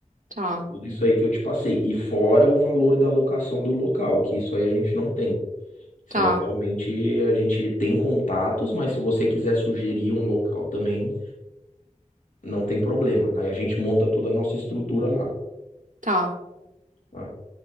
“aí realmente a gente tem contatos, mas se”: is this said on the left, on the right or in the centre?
Left